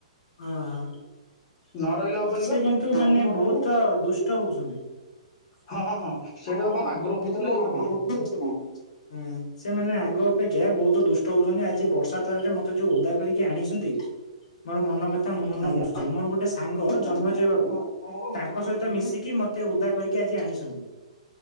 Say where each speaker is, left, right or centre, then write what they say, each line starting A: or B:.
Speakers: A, on the left (about 75°); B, on the left (about 30°).
A: ହଁ
B: ନ ରହିଲେ ହବନି
A: ସେ
B: ବା
A: କିନ୍ତୁ ମାନେ ବହୁତ ଦୁଷ୍ଟ ହଉଛନ୍ତି।
B: ହଁ ସେଇଟା
A: ହଁ
B: ତ କଣ
A: ହଁ
B: ଆଗରୁ ହଉଥିଲେ
A: ସେଟା କଣ
B: ଏବେ
A: ଆଗ୍ରହ ହଉଥିଲେ ଏ କଣ? ସେମାନେ ଆଗ ଅପେକ୍ଷା ଆଜ୍ଞା ବହୁତ ଦୁଷ୍ଟ ହଉଛନ୍ତି ଆଜି ବର୍ଷା ତାରରେ ମତେ ଯୋଉ ଓଦା କରିକି ଆଣିଛନ୍ତି ମୋର ମନ କଥା ମନ
B: ଆଜ୍ଞା
A: ବୁଝୁଛି ମୋର ଗୋଟେ ସାଙ୍ଗ ଜନ୍ମଜୟ ବାବୁ ତାଙ୍କ ସହିତ ମିଶିକି ମେ ତେ ଓଦା କରିକି ଆଜି ଆଣିଛନ୍ତି।